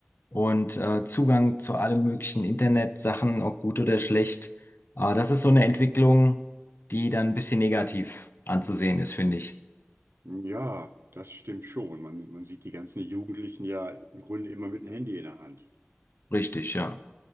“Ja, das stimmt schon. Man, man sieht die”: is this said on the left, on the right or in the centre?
Right